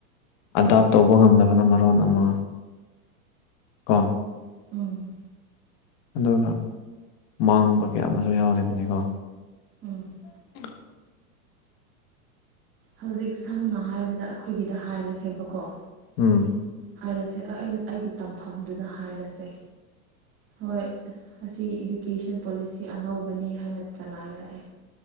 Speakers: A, on the left; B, on the right.
A: ꯑꯗꯥꯞ ꯇꯧꯕ ꯉꯝꯅꯕꯅ ꯃꯔꯣꯟ ꯑꯃ ꯀꯣ
B: ꯎꯝ
A: ꯑꯗꯨꯅ ꯃꯥꯡꯕ ꯀꯌꯥ ꯑꯃꯁꯨ ꯌꯥꯎꯔꯤꯕꯅꯦꯀꯣ
B: ꯎꯝ
A: <unintelligible>
B: ꯍꯧꯖꯤꯛ ꯁꯝꯅ ꯍꯥꯏꯕꯗ ꯑꯩꯈꯣꯏꯒꯤꯗ ꯍꯥꯏꯔꯁꯦꯕꯀꯣ
A: ꯎꯝ
B: ꯍꯥꯏꯔꯁꯦ ꯑ ꯑꯩꯅ ꯑꯩꯒꯤ ꯇꯝꯐꯝꯗꯨꯗ ꯍꯥꯏꯔꯁꯦ ꯍꯣꯏ ꯑꯁꯤ ꯏꯗꯨꯀꯦꯁꯟ ꯄꯣꯂꯤꯁꯤ ꯑꯅꯧꯕꯅꯤ ꯍꯥꯏꯅ ꯆꯂꯥꯏꯔꯛꯑꯦ